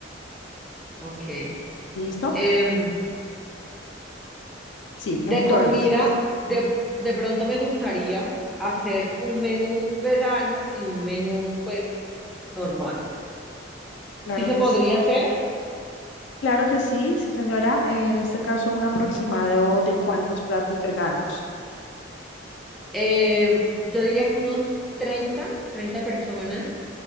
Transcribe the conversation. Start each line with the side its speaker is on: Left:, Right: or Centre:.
Centre: Ok.
Left: ¿Listo?
Centre: Em,
Left: Sí,
Centre: de
Left: entonces,
Centre: comida, de, de pronto me gustaría hacer un menú vegano y un menú pues normal.
Left: claro
Centre: ¿Sí se
Left: que
Centre: podría
Left: sí.
Centre: hacer?
Left: Claro que sí, sí, señora. En este caso, un aproximado de cuántos platos veganos.
Centre: Eh, yo diría que unos treinta, 30 personas.